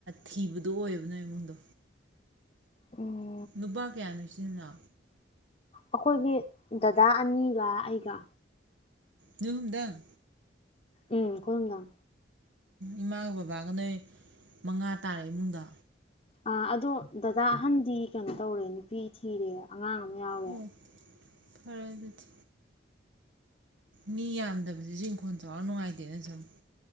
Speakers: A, on the right; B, on the left.
A: ꯊꯤꯕꯗ ꯑꯗꯨ ꯑꯣꯏꯌꯦꯕꯅꯣ ꯏꯃꯨꯡꯗꯣ
B: ꯎꯝ
A: ꯅꯨꯄꯥ ꯀꯌꯥꯅꯣ ꯁꯤꯖꯤꯟꯅ
B: ꯑꯩꯈꯣꯏꯒꯤ ꯗꯗꯥ ꯑꯅꯤꯒ ꯑꯩꯒ
A: ꯅ ꯍꯨꯝꯗꯪ
B: ꯎꯝ ꯈꯨꯔꯨꯝꯗꯥꯝ
A: ꯏꯃꯥꯒ ꯕꯕꯥꯒ ꯅꯣꯏ ꯃꯉꯥ ꯇꯥꯔꯦ ꯏꯃꯨꯡꯗ
B: ꯑ ꯑꯗꯣ ꯗꯗꯥ ꯑꯍꯟꯗꯤ ꯀꯩꯅꯣ ꯇꯧꯔꯦ ꯅꯨꯄꯤ ꯊꯤꯔꯦ ꯑꯉꯥꯡ ꯑꯃ ꯌꯥꯎꯔꯦ
A: ꯑꯣ ꯐꯔꯦ ꯑꯗꯨꯗꯤ ꯃꯤ ꯌꯥꯝꯗꯕꯁꯤꯁꯨ ꯏꯪꯈꯣꯜ ꯆꯥꯎꯔꯥꯛ ꯅꯨꯡꯉꯥꯏꯇꯦꯅ ꯁꯨꯝ